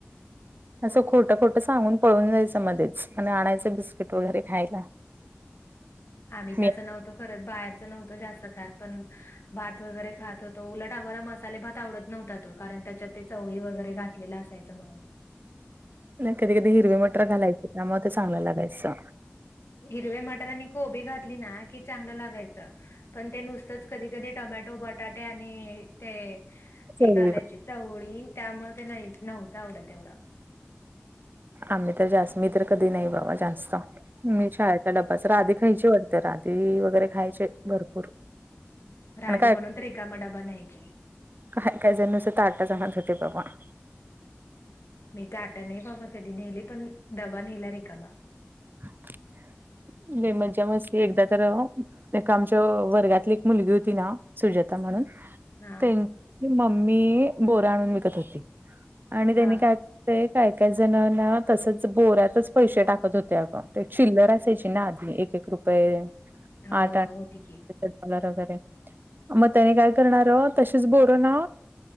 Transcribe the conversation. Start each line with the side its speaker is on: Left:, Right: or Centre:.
Right: असं खोटं खोटं सांगून पळून जायचं मध्येच आणिण आणायचं बिस्किट वगैरे खायला.
Left: आम्ही
Right: मी
Left: त्याचं नव खर बाहेरच नव्हतं जास्त खात. पण भात वगैरे खात होतो, उलट आम्हाला मसाले भात आवडत. नव्हता तो कारण त्याच्यात ते चवळी वगैरे घातलेला असायचं म्हणून.
Right: कधी कधी हिरवी मटर घालायचे त्यामुळे ते चांगलं लागायचं.
Left: हिरवे मटर आणि कोबी घातली ना की चांगलं लागायचं. पण ते नुसतच कधी कधी टो मॅटो बटाटे आणि ते
Right: बटाटे
Left: हे घालायचे चवळी त्यामुळं ते नाई, नव्हतं एवढं.
Right: आम्ही तर जास, मी तर कधी नाही बाबा जास्त मी शाळेचा डब्बाच. राधी खायची वाटतं, राधी वगैरे खायचे भरपूर.
Left: राधी
Right: आणि काय
Left: म्हणून तर रिकामा डबा न्यायची. <unintelligible>
Right: काय काही जण नुसते ताटघेऊन जात होते बाबा. <unintelligible>
Left: मी ताट नाही बाबा कधी नेले, पण डबा नेला रिकामा.
Right: <inaudible> <unintelligible> लई मज्जा मस्ती. एकदा तर एक आमच्या वर्गातली एक मुलगी हुती ना सुजाता म्हणून
Left: हं. हा
Right: त्यांची मम्मी बोर आणून विकत होती. आणि त्यांनी
Left: हा
Right: काय काय जणांना तसच बोरातच पैसे टाकत होते. अगं. ते चिल्लर असायची ना आधी, एक एक रुपये.
Left: हो
Right: आठ आठ
Left: होती की
Right: वगैरे मग त्याने काय करणार तशीच बोर ना